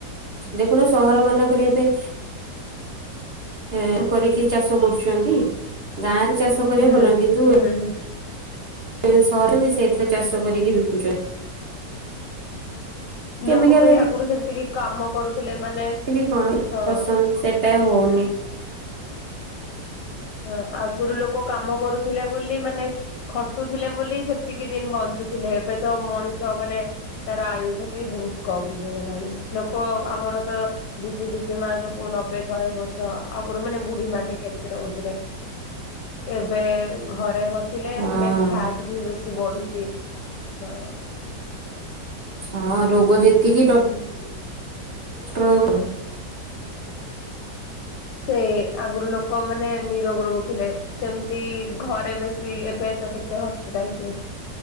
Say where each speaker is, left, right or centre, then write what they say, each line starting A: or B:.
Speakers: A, on the right (about 45°); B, on the left (about 80°).
A: ଦେଖୁନ ସହର ମାନଙ୍କରେ ଏବେ ଏ କରିକି ଚାଷ କରୁଛନ୍ତି ଗାଁ ରେ ଚାଷ କରିବା
B: ହୁଁ
A: ଭଲ ଲାଗୁନି କିନ୍ତୁ
B: ହୁଁ ହୁଁ।
A: କିନ୍ତୁ ସହରରେ ସେଇଥିରେ ଚାଷ କରିକି ବିକୁଛ କେମିକାଲ
B: ଲୋକ ବି ଆଗରୁ ସେମତି କି କାମ କରୁଥିଲେ ମାନେ
A: ଆକଚୁଆଲି କଣ
B: ହଁ
A: ପସନ୍ଦ ସେଟା ହଉନି।
B: ହଁ ଆଗରୁ ଲୋକ କାମ କରୁଥିଲେ ବୋଲି ମାନେ ଖଟୁଥିଲେ ବୋଲି ସେତିକି ଦିନ ବଞ୍ଚୁଥିଲେ ଏବେ ତ ମଣିଷ ମାନେ ତାର ଆୟୁଷ ବି ବହୁତ କମ ହେଇଗଲାଣି ଲୋକ ଆମର ତ ଜେଜେ ଜେଜେ ମା ସବୁ ନବେ ଶହେ ବର୍ଷ ଆଗରୁ ମାନେ ବୁଢୀ ମାନେ କେମିତି ରହୁଛି? ବସିଲେ ଏବେ ଘରେ ବସିଲେ
A: ହଁ।
B: ମାନେ ଖା ବି ବେଶୀ ବଢୁଛି ହଁ।
A: ହଁ ରୋଗ ଯେତିକି ଡ
B: ହୁଁ।
A: <unintelligible>
B: ସେ ଆଗରୁ ଲୋକ ମାନେ ନିରୋଗ ରହୁଥିଲେ। ସେମିତି ଘରେ ବେଶୀ ଏବେ ତ କେତେ ହସ୍ପିଟାଲ କେଶ୍